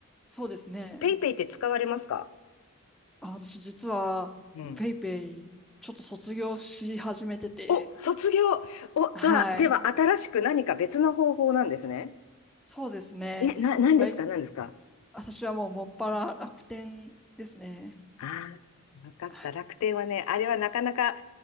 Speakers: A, in the centre; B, on the left.
A: そうですね。
B: ペイペイって使われますか
A: あ、私実は、
B: うん。
A: ペイペイ、ちょっと卒業し始めてて、
B: お、卒業。お、とは、
A: はい。
B: では、新しく何か別の方法なんですね。
A: そうですね。
B: え、な、何ですか何ですか
A: 最私はもうもっぱら楽天ですね。
B: ああー、わかった。
A: はい。
B: 楽天はね、あれはなかなか